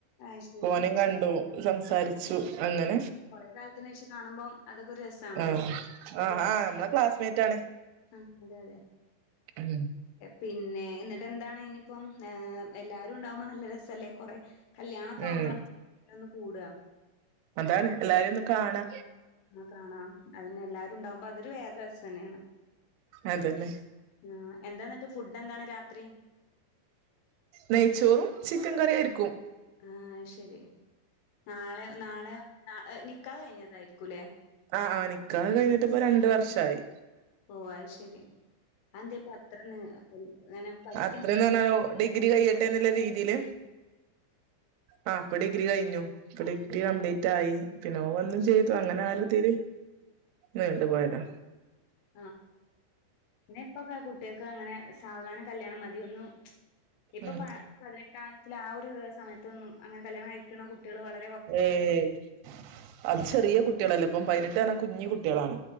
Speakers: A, on the left; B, on the right.
A: അത് ശരി
B: ഓനിം കണ്ടു സംസാരിച്ചു അങ്ങനെ
A: കൊറേ കാലത്തിനേഷം കാണുമ്പം അതൊക്കെ രസാണല്ലോ
B: ആഹ് ആഹ്
A: ലേ
B: ആഹ് നമ്മളെ ക്ലാസ്മേറ്റ്
A: അഹ് അതെ അതെ
B: ഉം
A: പിന്നെ എന്നിട്ട് എന്താണ് ഇനിയിപ്പം ഏഹ് എല്ലാരും ഉണ്ടാവുമ്പോ നല്ല രസല്ലേ കൊറെ കല്യാണൊക്കെ
B: ഉം
A: ആവുമ്പള ഒന്ന് കൂട
B: അതാണ് എല്ലാരെയും ഒന്ന് കാണാ.
A: കാണാ അതനെ എല്ലാരും ഇണ്ടാവുമ്പോ അതൊരു വേറെ രസം ന്നെയാണ്.
B: അതന്നെ
A: ആഹ് എന്താന്നിട്ട് ഫുഡ് എന്താണ് രാത്രി?
B: നെയ്ച്ചോറും ചിക്കൻ കറിയാരുക്കും.
A: ആഹ് ശരി നാളെ നാളെയൊ നാള നിക്കാഹ് കഴിഞ്ഞതാരിക്കൂല്ല?
B: ആഹ് ആഹ് നിക്കാഹ് കഴിഞ്ഞിട്ട് ഇപ്പ രണ്ട് വർഷായി
A: ഓഹ് അത് ശരി. ആന്തേ ഇപ്പ അത്രെന്ന അങ്ങനെ പഠിക്കണ്ടാന്നൊ
B: അത്രന്ന് പറഞ്ഞാലോ ഡിഗ്രി കയ്യട്ടെന്ന്ല്ല രീതിയില് ആഹ് ഇപ്പൊ ഡിഗ്രി കഴിഞ്ഞു ഇപ്പൊ ഡിഗ്രി കംപ്ലീറ്റ് ആയി. പിന്ന ഓഒന്നും
A: അത് ശരി
B: ചെയ്തു അങ്ങനെ ആ ഒരുതില് നീണ്ടുപോയതാ
A: ആഹ് പിന്നെപ്പൊക്കെ കുട്ടികക്ക് അങ്ങനെ സാവധാനം കല്യാണം മതിയൊന്നു ഇപ്പൊ
B: ഉം
A: പ പതിനെട്ടാത്തിൽ ആ ഒരു സമയത്തൊന്നും അങ്ങനെ കല്യാണം കഴിക്കണ കുട്ടികൾ വള
B: ഏഹ് അത് ചെറിയ കുട്ടികളല്ലേപ്പം പതിനെട്ടാറഞ്ഞ കുഞ്ഞു കുട്ടികളാണ്